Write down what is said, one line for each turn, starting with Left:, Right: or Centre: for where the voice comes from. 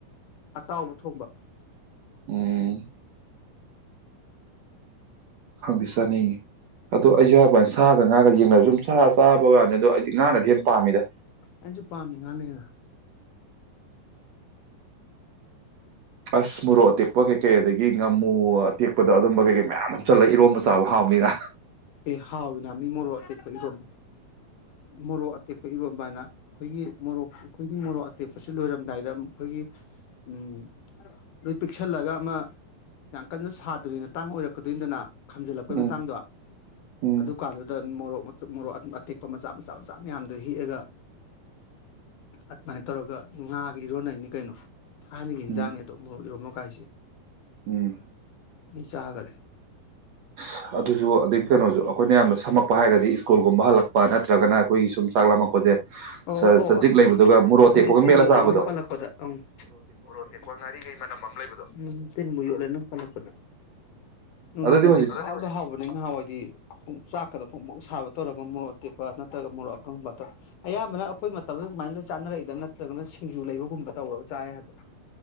Left: ꯑꯇꯥꯎꯕ <inaudible>
Right: ꯎꯝ ꯈꯪꯗꯦ ꯆꯥꯅꯤꯡꯉꯤ ꯑꯗꯣ ꯑꯩꯁꯨ ꯍꯥꯏꯕ ꯋꯥꯅꯦ ꯁꯥꯒ ꯉꯥꯒꯗꯤ ꯌꯦꯡꯉꯗꯤ ꯁꯨꯝ ꯁꯥꯥ ꯆꯥ ꯕ꯭ꯋꯥꯅꯦ ꯑꯗꯣ ꯑꯩꯗꯤ ꯉꯥꯅꯗꯤ ꯍꯦꯟ ꯄꯥꯝꯃꯤꯗ
Left: ꯑꯩꯁꯨ ꯄꯥꯝꯃꯤ ꯉꯥꯅ ꯍꯦꯟꯅ
Right: ꯑꯁ ꯃꯣꯔꯣꯠ ꯇꯦꯛꯄ ꯀꯩ ꯀꯩ ꯑꯗꯒꯤ ꯉꯥꯃꯨ ꯑꯇꯦꯛꯄꯗꯣ ꯑꯗꯨꯝꯕ ꯀꯩꯀꯩ ꯃꯌꯥꯝ ꯍꯥꯞꯆꯜꯂꯒ ꯏꯔꯣꯝꯕ ꯆꯥ ꯆꯥꯕ ꯍꯥꯎꯕꯅꯤꯗ ꯍꯥ
Left: ꯑꯦ ꯍꯥꯎꯋꯤꯅꯥ ꯃꯤ ꯃꯣꯔꯣꯛ ꯑꯇꯦꯛꯄ ꯏꯔꯣꯟ ꯃꯣꯔꯣꯛ ꯑꯇꯦꯛꯄ ꯏꯔꯣꯟꯕ ꯍꯥꯏꯅ ꯑꯩꯈꯣꯏꯒꯤ ꯃꯣꯔꯣꯛ ꯑꯩꯈꯣꯏꯒꯤ ꯃꯣꯔꯣꯛ ꯑꯇꯦꯛꯄꯁꯤ ꯂꯣꯏꯔꯝꯗꯥꯏꯗ ꯑꯩꯈꯣꯏꯒꯤ ꯎꯝ ꯂꯣꯏ ꯄꯤꯛꯁꯜꯂꯒ ꯑꯃ ꯌꯥꯝ ꯀꯟꯅ ꯁꯥꯗꯕꯤ ꯃꯇꯥꯡ ꯑꯣꯏꯔꯛꯀꯗꯣꯏꯅꯤꯗꯅ ꯈꯝꯖꯤꯜꯂꯛꯄꯩ
Right: ꯎꯝ
Left: ꯃꯇꯥꯡꯗꯣ
Right: ꯎꯝ
Left: ꯑꯗꯨ ꯀꯥꯟ ꯗꯨꯗ ꯃꯣ ꯃꯣꯔꯣꯛ ꯃꯇꯨꯝ ꯃꯣꯔꯣꯛ ꯑꯇꯦꯛꯄ ꯃꯆꯥ ꯃꯆꯥ ꯃꯆꯥ ꯃꯌꯥꯝꯗꯣ ꯍꯦꯛꯑꯒ ꯑꯗꯨꯃꯥꯏꯅ ꯇꯧꯔꯒ ꯉꯥꯒ ꯏꯔꯣꯟꯅꯩꯅꯤ ꯀꯩꯅꯣ ꯊꯥꯏꯅꯒꯤ ꯏꯟꯖꯥꯡꯅꯦ
Right: ꯎꯝ
Left: ꯑꯗꯣ ꯃꯔꯣꯛ ꯏꯔꯣꯝꯕ ꯍꯥꯏꯁꯦ
Right: ꯎꯝ
Left: ꯑꯩ ꯆꯥꯒꯔꯦ
Right: ꯑꯁ ꯑꯗꯨꯁꯨ ꯑꯗꯒꯤ ꯀꯩꯅꯣꯁꯨ ꯑꯩꯈꯣꯏꯅ ꯌꯥꯝꯅ ꯁꯝꯃꯛꯄ ꯍꯥꯏꯔꯒꯗꯤ ꯁ꯭ꯀꯨꯜꯒꯨꯝꯕ ꯍꯜꯂꯛꯄ ꯅꯠꯇ꯭ꯔꯒꯅ ꯑꯩꯈꯣꯏꯒꯤ ꯁꯨꯝ ꯆꯥꯛ ꯂꯥꯝꯃꯛꯄꯁꯦ
Left: ꯑꯣ ꯑꯣ
Right: ꯆꯖꯤꯛ
Left: ꯑꯁ
Right: ꯂꯩꯕꯗꯨꯒ
Left: ꯑꯁ
Right: ꯃꯣꯔꯣꯛ
Left: ꯑꯗꯨꯗꯤ
Right: ꯑꯇꯦꯛꯄꯒ
Left: ꯇꯤꯟ
Right: ꯃꯦꯠꯂ
Left: ꯌꯣꯠꯂꯦ
Right: ꯆꯥꯕꯗꯣ
Left: ꯅꯪ ꯄꯜꯂꯛꯄꯗ ꯑꯪ ꯃꯣꯔꯣꯛ ꯑꯇꯦꯛꯄ ꯉꯥꯔꯤꯒꯤ ꯃꯅꯝ ꯑꯃ ꯂꯩꯗꯣ ꯎꯝ ꯇꯤꯟꯕꯨ ꯌꯣꯠꯂꯦ ꯅꯪ ꯄꯜꯂꯛꯄꯗ ꯅꯨꯡꯗꯤꯟꯗꯗꯤ
Right: ꯑꯗꯨꯗꯤ ꯍꯧꯖꯤꯛ
Left: ꯄꯨꯡꯍꯥꯎꯗ ꯍꯥꯎꯕꯅꯤ ꯅꯍꯥꯋꯥꯏꯗꯤ ꯆꯥꯛꯀꯗꯣ ꯐꯣꯡ ꯐꯣꯡ ꯁꯥꯕ ꯇꯧꯔꯒ ꯃꯣꯔꯣꯛ ꯑꯇꯦꯛꯄ ꯅꯠꯇ꯭ꯔꯒ ꯃꯣꯔꯣꯛ ꯑꯀꯪꯕꯗꯣ ꯑꯌꯥꯝꯕꯅ ꯑꯩꯈꯣꯏ ꯃꯇꯝꯗ ꯁꯨꯃꯥꯏꯅ ꯆꯥꯅꯔꯛꯏꯗ ꯅꯠꯇ꯭ꯔꯒꯅ ꯁꯤꯡꯖꯨ ꯂꯩꯕꯒꯨꯝꯕ ꯇꯧꯔꯒ ꯆꯥꯏ ꯍꯥꯏꯕ